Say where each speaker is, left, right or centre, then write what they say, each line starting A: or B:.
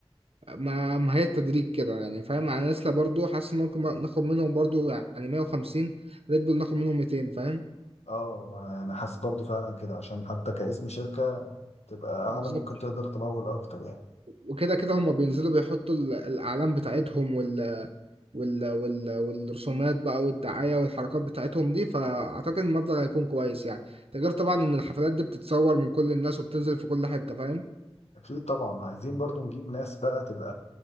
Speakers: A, on the right; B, on the left.
A: ما ما هي التدريج كده يعني فاهم يعني نسلا برضو حاسس ممكن ناخد منهم برضو يعني 150 ريد بول ناخد منهم 200 فاهم
B: اه ما- انا حاسس برضو فعلا كده عشان حتى كاسم شركه تبقى
A: بالظبط
B: اعلى ممكن تقدر تمول اكتر يعني
A: وكده كده هما بينزلوا بيحطوا ال- الاعلام بتاعتهم وال وال وال والرسومات بقى والدعايه والحركات بتاعتهم دي فاعتقد المبلغ هيكون كويس يعني ده غير طبعا ان الحفلات دي بتتصور من كل الناس وبتنزل في كل حته فاهم
B: اكيد طبعا عايزين برضو نجيب ناس بقى تبقى